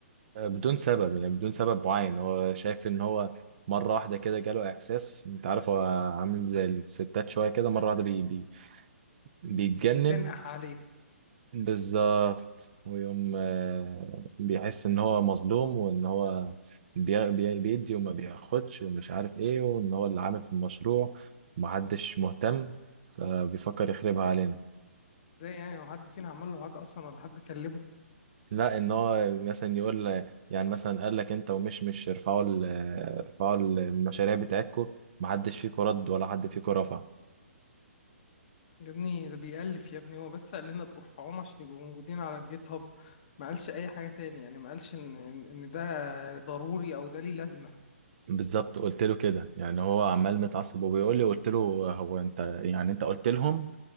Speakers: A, on the right (about 45°); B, on the left (about 40°).
A: آه، بدون سبب يعني بدون سبب معين هو شايف ان هو مرة واحدة كده جاله إحساس أنت عارف هو عامل زي الستات شوية كده مرة واحدة بي بيتجنن
B: متنقح عليه
A: بالظبط ويقوم آه، بيحس ان هو مظلوم وان هو بي- بي- بيدي وما بياخدش ومش عارف ايه وان هو اللي عامل في المشروع ومحدش مهتم فبيفكر يخربها علينا
B: ازاي يعني هو حد فينا عمل له حاجه اصلا ولا حد كلمه
A: لا ان هو مثلا يقول يعني مثلا قال لك انت ومش مش ارفعوا ال- ارفعوا المشاريع بتاعتكم محدش فيكم رد ولا حد فيكم رفع
B: يا ابني ده بيألف يا ابني هو بس قال لنا بارفعوهم عشان يبقوا موجودين على الجيت هاب ما قالش اي حاجه تاني يعني ما قالش ان ان إن ده ضروري او ده ليه لازمه
A: بالظبط قلت له كده يعني هو عمال متعصب وبيقول لي قلت له هو انت يعني انت قلت لهم